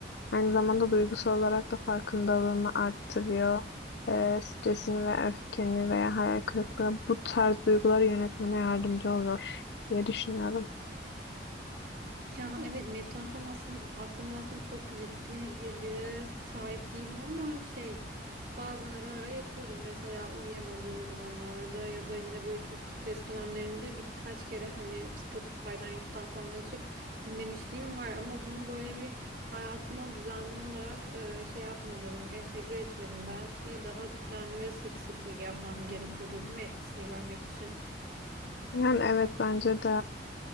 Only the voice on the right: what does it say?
Ya evet meditasyon aslında hakkında aslında çok ciddi bilgilere sahip değilim ama şey bazen ara ara yapıyordum. Mesela uyuyamadığım zamanlarda ya da yine böyle çok stres dönemlerinde birkaç kere hani Spotify'dan YouTube'dan falan açıp dinlemişliğim var ama bunu böyle bir hayatıma düzenli olarak e, şey yapmadım, entegre etmedim. Belki daha düzenli ve sık sık yapmam gerekiyordur değil mi etkisini görmek için?